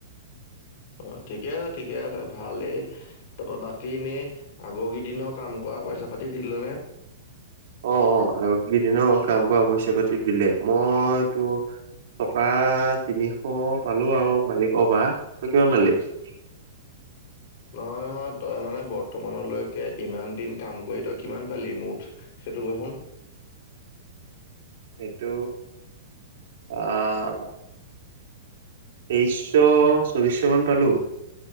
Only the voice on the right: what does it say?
অ অ আৰু কেইদিন কাম কৰা পইচা পাতিত দিলে মইটো টকা তিনিশ পালো আৰু মালিকৰ পা তই কিমান পালি <unintelligible>
সেইটো আহ তেইশশ চৌবিশ মান পালো